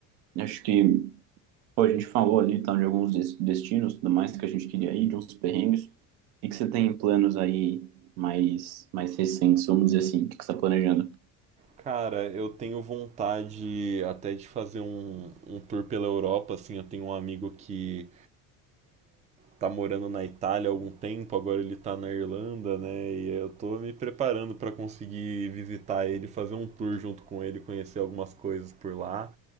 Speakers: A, on the right; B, on the right.
A: acho que pô, a gente falou ali tá, de alguns des- destinos, tudo mais que a gente queria ir, de uns perrengues. O que que você tem em planos aí mais, mais recentes, vamos dizer assim? O que que você está planejando?
B: cara, eu tenho vontade até de fazer um, um tour pela Europa, assim. Eu tenho um amigo que tá morando na Itália há algum tempo, agora ele tá na Irlanda, né? E eu tô me preparando pra conseguir visitar ele, fazer um tour junto com ele, conhecer algumas coisas por lá.